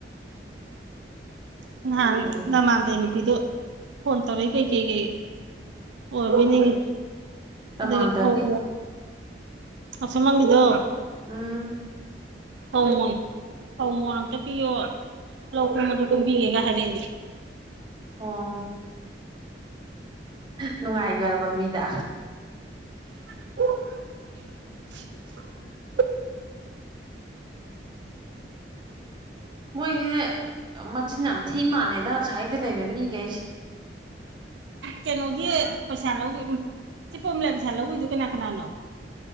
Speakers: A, on the right (about 80°); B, on the right (about 25°).
A: ꯎ ꯃꯥ
B: ꯑꯗꯨ
A: ꯅꯃꯥꯥꯟꯗ ꯅꯨꯄꯤꯗꫭ ꯐꯣꯟ ꯇꯧꯔꯛꯏ ꯀꯩꯀꯩꯀꯩ ꯑꯣꯏꯅꯤꯡꯉ
B: ꯄ꯭ꯔꯃꯥꯟꯗꯗꯤ
A: ꯑꯗꯨꯒ ꯐꯧ ꯑꯁ ꯃꯒꯗꫭ
B: ꯎꯝ
A: ꯊꯧ ꯃꯣꯟ ꯊꯧ ꯃꯣꯟ ꯑꯝꯇ ꯄꯤꯌꯣ ꯂꯧ ꯀꯨꯝꯃꯁꯨ ꯀꯨꯝꯕꯤꯒꯦ ꯍꯥꯏꯔꯛꯑꯦ
B: ꯑꯣ ꯅꯨꯡꯉꯥꯏꯈꯔꯕ ꯃꯤꯗ
A: UNINTELLIGIBLE
B: ꯃꯣꯏꯁꯦ ꯃꯆꯤꯟ ꯌꯥꯝ ꯊꯤ ꯃꯥꯜꯂꯦꯗ ꯉꯁ꯭ꯋꯥꯏꯗ ꯂꯩꯕ ꯃꯤꯈꯩꯁꯦ
A: ꯀꯩꯅꯣꯒꯤ ꯄꯩꯁꯥ ꯂꯧꯕꯤ ꯏꯆꯦ ꯄꯣꯝꯃꯤꯂꯑꯒꯤ ꯄꯩꯁꯥ ꯂꯧꯈꯤꯕꯗꯨ ꯀꯅꯥ ꯀꯅꯥꯅꯣ